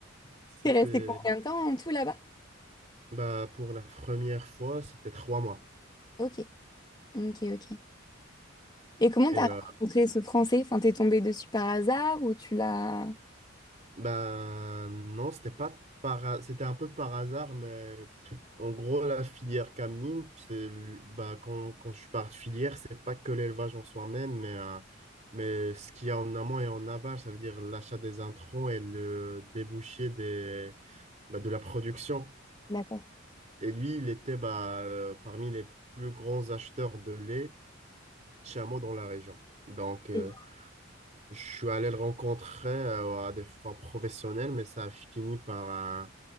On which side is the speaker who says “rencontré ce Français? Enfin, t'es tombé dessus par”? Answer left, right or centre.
Left